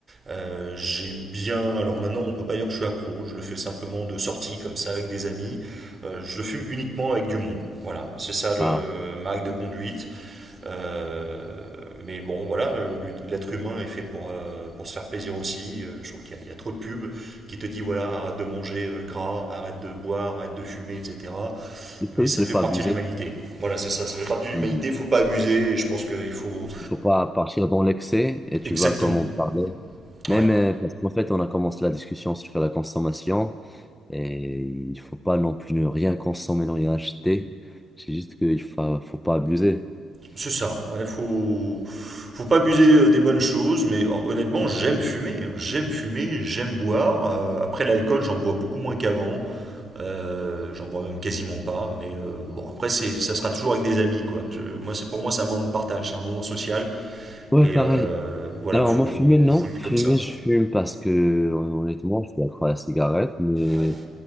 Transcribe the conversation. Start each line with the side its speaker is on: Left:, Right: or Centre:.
Right: Euh, j'ai bien. Alors maintenant, on peut pas dire que je suis accro. Je le fais simplement de sortie, comme ça, avec des amis. Euh, je le fume uniquement avec du monde. Voilà, c'est ça le
Centre: ah.
Right: ma règle de conduite. Euh, mais bon, voilà, euh, l'ut- l'être humain est fait pour, euh, pour se faire plaisir aussi. Euh, je trouve qu'il y, a il y a trop de pubs qui te dit voilà, arrête de manger euh, gras, arrête de boire, arrête de fumer, etc.
Centre: Il faut
Right: Mais
Centre: juste
Right: ça
Centre: ne
Right: fait
Centre: pas
Right: partie
Centre: abuser.
Right: de l'humanité. Voilà, c'est ça, ça fait partie de l'humanité.
Centre: Hmm.
Right: Faut pas abuser. Et je pense qu'il faut
Centre: Il faut pas partir dans l'excès et tu
Right: exactement.
Centre: vois comment on parlait. Même
Right: Ouais,
Centre: euh, parce qu'en fait, on a commencé la discussion sur la consommation et il faut pas non plus ne rien consommer, ne rien acheter. C'est juste qu'il faut, faut pas abuser.
Right: c'est ça. Ouais, faut, faut pas abuser euh, des bonnes choses, mais hon- honnêtement, j'aime fumer. hein. J'aime fumer, j'aime boire. Euh, après l'alcool, j'en bois beaucoup moins qu'avant. Euh, j'en bois même quasiment pas. Mais euh, bon, après, c'est, ça sera toujours avec des amis, quoi. Je- moi, c'est pour moi, c'est un moment de partage, c'est un moment social.
Centre: Ouais,
Right: Et
Centre: pareil.
Right: euh, voilà,
Centre: Alors,
Right: faut,
Centre: moi, fumer, non.
Right: faut le vivre
Centre: Fumer,
Right: comme ça.
Centre: je fume parce que, honnêtement, je suis accro à la cigarette, mais
Right: Ouais,